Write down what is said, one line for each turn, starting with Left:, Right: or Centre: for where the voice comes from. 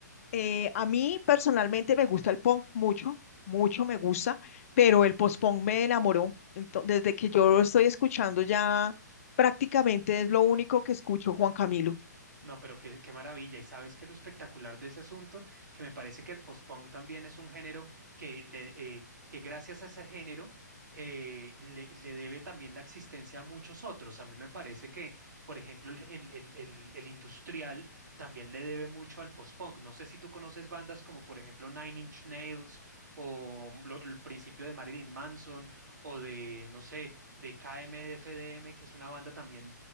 Left: Eh, a mí personalmente me gusta el punk mucho, mucho me gusta, pero el post-punk me enamoró. Entonces, desde que yo lo estoy escuchando ya Prácticamente es lo único que escucho, Juan Camilo.
Right: No, pero qué, qué maravilla. Y sabes que lo espectacular de ese asunto, que me parece que el post-punk también es un género que, le, eh, que gracias a ese género eh, le, le debe también la existencia a muchos otros. A mí me parece que, por ejemplo, el, el- el- el- el industrial también le debe mucho al post-punk. No sé si tú conoces bandas como, por ejemplo, Nine Inch Nails o lo- el principio de Marilyn Manson o de, no sé, de KMFDM, que es una banda también